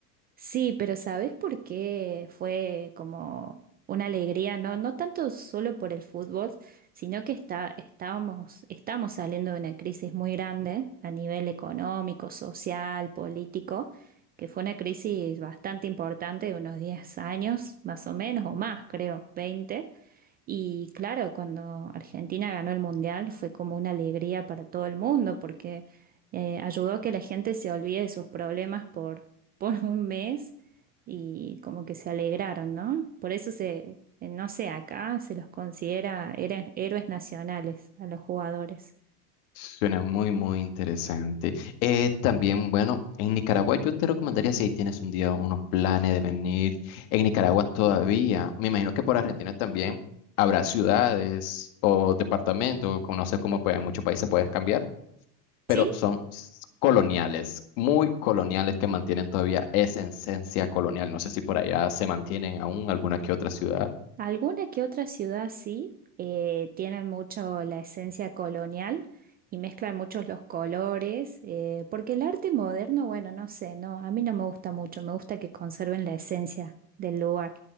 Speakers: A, on the right; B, on the left.
A: Sí, pero ¿sabes por qué fue como una alegría? No, no tanto solo por el fútbol, sino que está, estábamos, estamos saliendo de una crisis muy grande a nivel económico, social, político, que fue una crisis bastante importante de unos 10 años, más o menos, o más, creo, veinte Y claro, cuando Argentina ganó el Mundial fue como una alegría para todo el mundo, porque eh, ayudó a que la gente se olvide de sus problemas por por un mes y como que se alegraron, ¿no? Por eso se, eh, no sé, acá se los considera héroe- héroes nacionales a los jugadores.
B: Suena muy, muy interesante. Eh, también, bueno, en Nicaragua yo te recomendaría si ahí tienes un día unos planes de venir. En Nicaragua todavía, me imagino que por Argentina también habrá ciudades o departamentos, o no sé cómo pues, en muchos países puedes cambiar, pero
A: ¿Sí?
B: son s- coloniales, muy coloniales que mantienen todavía esa esencia colonial. No sé si por allá se mantienen aún alguna que otra ciudad.
A: Alguna que otra ciudad sí, eh, tienen mucho la esencia colonial y mezclan muchos los colores, eh, porque el arte moderno, bueno, no sé, no, a mí no me gusta mucho, me gusta que conserven la esencia del lugar.